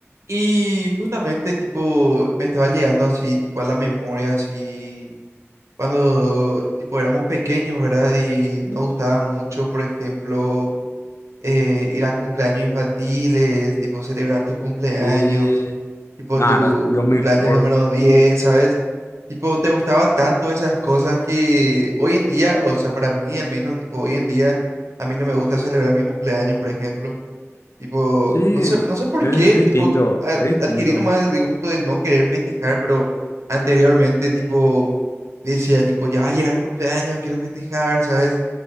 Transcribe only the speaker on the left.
Sí,
nada,
era lo mejor.
Sí,
es
distinto,
es distinto.